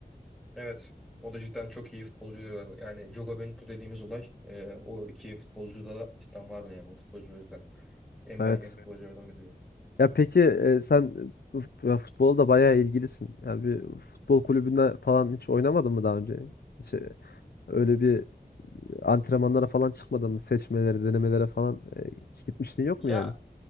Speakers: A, in the centre; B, on the left.
A: Evet. O da cidden çok iyi futbolcuydu. Yani Yani Jogo Bonito dediğimiz olay e, o iki futbolcuda da cidden vardı yani o futbolcu En
B: Evet.
A: beğendiğim futbolculardan biri diyeyim.
B: Ya peki e, sen bu f- ya futbola da bayağı ilgilisin. Yani bir futbol kulübünde falan hiç oynamadın mı daha önce? Hiç e, öyle bir antrenmanlara falan çıkmadın mı? Seçmelere, denemelere falan e, hiç gitmiştin yok
A: Ya
B: mu yani?